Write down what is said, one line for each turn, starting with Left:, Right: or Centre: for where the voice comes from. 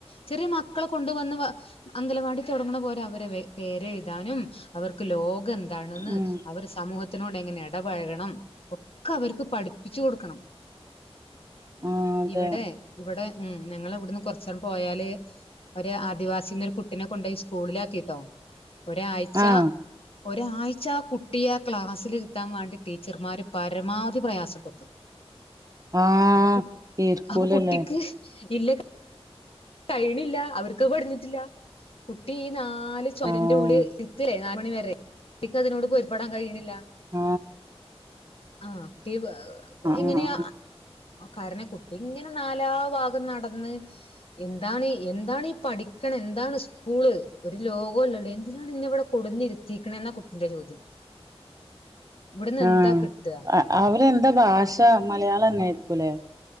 Left: ചെറിയ മക്കളെ കൊണ്ടുവന്ന് അംഗലവാടി തൊടങ്ങ് ണ പോലെ അവരെ പേരെഴുതാനും അവർക്ക് ലോ കന്താണ് ന്ന്
Right: ഉം
Left: അവര് സമൂഹ ചനോടെങ്ങനെ ഇടപഴകണം, ഒക്കെവർക്ക് പഠിപ്പിച്ചു കൊടുക്കണം.
Right: ആഹ് അതെ
Left: ഇവടേ ഇവടെ. ഉം ഞങ്ങളിവിടന്ന് കുറചാണ് പോയാല് ഒരു ആദിവാസിനൊരു കുട്ടിനെ കൊണ്ടോയി സ്കൂളിലാക്കീട്ടോ. ഒരാഴ്ചാ
Right: ആഹ്
Left: ഒരാഴ്ച്ചാ കുട്ടിയാ ക്ലാസ്സില് ത്താൻ വേണ്ടി ടീച്ചർമാര് പരമാവധി പ്രയാസപ്പെട്ടു.
Right: ആ
Left: അപ്പൊ കു
Right: ഇര്ക്കൂലല്ലേ?
Left: അപ്പൊ കുട്ടിക്ക് ഇല്ല കയ്യിണില്ലാ, അവർക്ക് പഠിഞ്ഞിട്ടില്ലാ കുട്ടീ നാല് ചോരുന്റുള്ളിൽ
Right: ആഹ്
Left: ഇര്ത്തിലേ. നാല് മണിവരെ എനിക്ക്തിനോട് പൊരുത്പെടാൻ കഴിയണില്ല.
Right: ആ
Left: ആ ടിവ് അ എങ്ങനെയാ?
Right: ആഹ്
Left: ആ കാരണം കുട്ടി ഇങ്ങനെ നാലാ ഭാഗം നടന്ന് എന്താണ് എന്താണീ പഠിക്കണ എന്താണ് സ്കൂള് ഒരു ലോകവല്ലല്ലോ എന്തിനാണ് ഇന്നെ ഇവിടെ കൊടുന്നിരുത്തിക്കണ എന്നാ കുട്ടിന്റെ ചോദ്യം. ഇവിടുന്ന്
Right: ആ
Left: എന്താ കിട്ടുക
Right: അ അവരെന്താ ഭാഷ മലയാളന്നെആയിരിക്കൂലേ